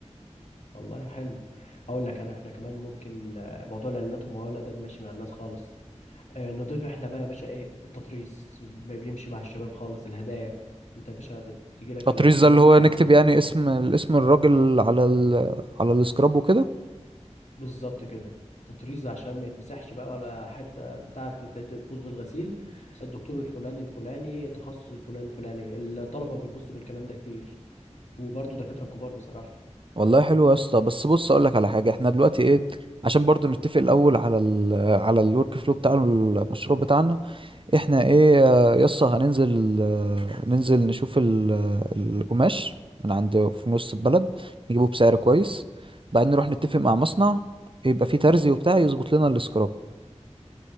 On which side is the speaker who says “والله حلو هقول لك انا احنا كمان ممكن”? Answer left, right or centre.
Left